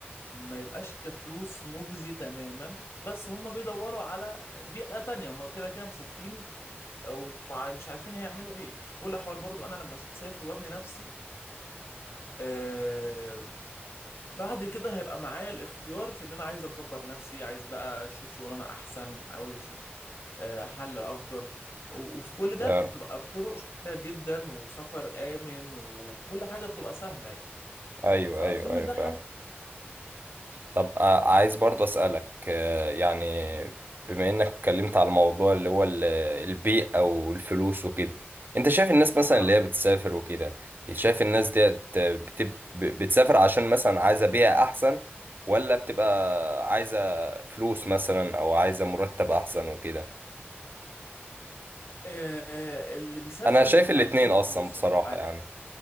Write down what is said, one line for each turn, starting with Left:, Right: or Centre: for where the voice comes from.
Left: ما يبقاش كفلوس مجزي تماما بس هم بيدوروا على بيئة تانية هم كده كده مسافرين ومش عارفين هيعملوا إيه في كل الأحوال برضو أنا لما أسافر وأبني نفسي آه، بعد كده هيبقى معايا الاختيار في ان انا عايز اكبر نفسي عايز بقى اشوف شغلانه احسن عاوز اشوف آه، حل افضل و- وفي كل ده
Right: فعلا
Left: بتبقى بطرق شيقة جدا وسفر امن وكل حاجه بتبقى سهله يعني
Right: ايوه
Left: فاظن
Right: ايوه ايوه
Left: ده
Right: فعلا
Left: حل
Right: طب آه، عايز برضه أسألك آه، يعني بما إنك اتكلمت على الموضوع اللي هو ال- البيئة والفلوس وكده أنت شايف الناس مثلا
Left: اه
Right: اللي هي بتسافر وكده شايف الناس ديت بتب... بتسافر عشان مثلا عايزة بيئة أحسن ولا بتبقى عايزة فلوس مثلا أو عايزة مرتب أحسن وكده
Left: آه، آه، اللي بيسافروا
Right: أنا شايف
Left: بيبقوا
Right: الاتنين
Left: عايزين
Right: أصلا
Left: فرصه
Right: بصراحة
Left: عاي-
Right: يعني